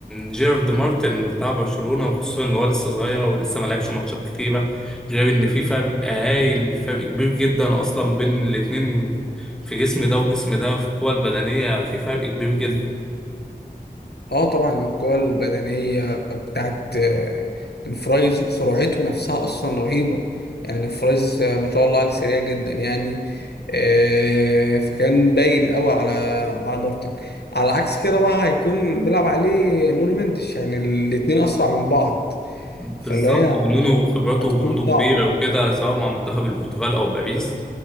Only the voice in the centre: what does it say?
جيرارد مارتن بتاع برشلونة وخصوصا ان هو لسه صغير ولسه ما لعبش ماتشات كتيرة غير ان في فرق هايل فرق كبير جدا اصلا بين الاتنين في جسم ده وجسم ده في القوة البدنية في فرق كبير جدا
بالظبط
ونونو خبراته
برضه كبيرة
وكده سواء مع منتخب البرتغال او باريس